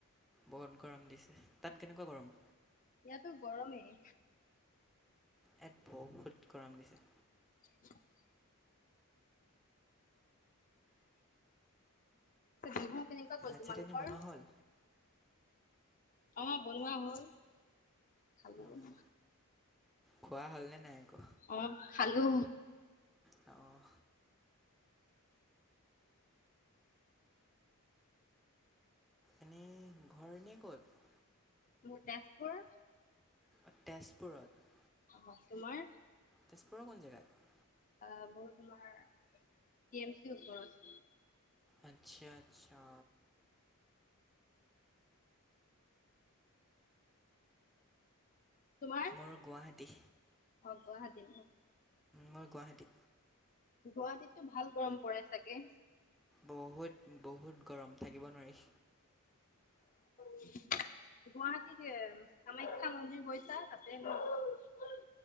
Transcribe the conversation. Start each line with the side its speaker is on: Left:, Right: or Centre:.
Centre: বহুত গৰম দিছে, তাত কেনেকুৱা গৰম?
Left: ইয়াতো গৰমেই।
Centre: ইয়াত বহুত গৰম দিছে।
Left: <inaudible> বিহু কেনেকুৱা গ'ল
Centre: ভাত
Left: তোমালোকৰ?
Centre: চাত এনেই বনোৱা হ'ল
Left: আমাৰ বনোৱা হ'ল, খালোও।
Centre: অঁ খোৱা হ'ল নে নাই আকৌ?
Left: অ, খালো।
Centre: অ' এনেই, ঘৰ এনেই ক'ত?
Left: মোৰ তেজপুৰ
Centre: অ', তেজপুৰত?
Left: অ, তোমাৰ?
Centre: তেজপুৰৰ কোন জেগাত?
Left: অ', মোৰ তোমাৰ, টি এম চিৰ ওচৰত।
Centre: আচ্ছা, আচ্ছা
Left: তোমাৰ?
Centre: মোৰ গুৱাহাটী।
Left: অ', গুৱাহাটীত নে?
Centre: মই গুৱাহাটী।
Left: গুৱাহাটীততো ভাল গৰম পৰে চাগে।
Centre: বহুত, বহুত গৰম, থাকিব নোৱাৰি।
Left: <inaudible> গুৱাহাটীত কামাখ্যা মন্দিৰ গৈছা, তাতে ন?